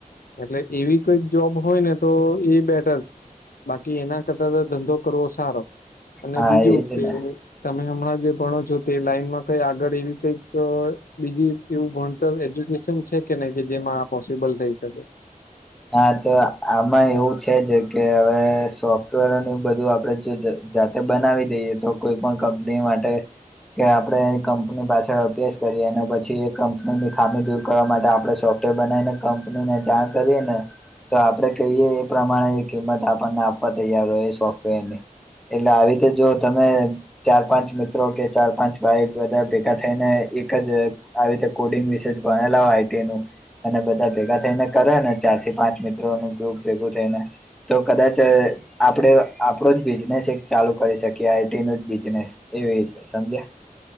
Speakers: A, on the left; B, in the centre.
A: એટલે એવી કઈક જોબ હોય ને તો એ બેટર બાકી એના કદાચ ધંધો કરવો સારો અને
B: હા
A: બીજું
B: એજ
A: કે
B: ને
A: તમે હમણાં જે ભણો છો તે લાઈનમાં કઈ આગળ એવી કઈક બીજી એવું ભણતર એજ્યુકેશન છે કે નહી કે જેમાં આ પોસિબલ થઈ શકે
B: હા તો આમાં એવું છે જ કે હવે સોફ્ટવેરું બધું આપડ જો જાતે બનાવી દઈએ તો કોઈ પણ કંપની માટે કે આપણે એ કંપની પાછળ અભ્યાસ કરીએ અને પછી એ કંપનીની ખામી દૂર કરવા માટે આપણે સોફ્ટ બનાવીને કંપની ને જાણ કરી ને તો આપડણે કહીએ એ પ્રમાણે કિંમત આપણને આપવા તૈયાર હોય સોફ્ટવેર ની એટલે આવી રીતે જો તમે ચાર પાંચ મિત્રો કે ચાર પાંચ ભાઈ બધા ભેગા થઈને એક જ આવી રતે કોડિંગ વિશે ભણેલા હોય આઈ ન અને બધા ભેગા થઈને કરે ને ચારથી પાંચ મિત્રો નું ગ્રુપ ભેગું થઈ ને તો કદાચ આપણે આપણો જ બિઝનેસ એક ચાલુ કરી શકીએ આઈટી ન જ બિઝનેસ એવી રીતે સમજ્યા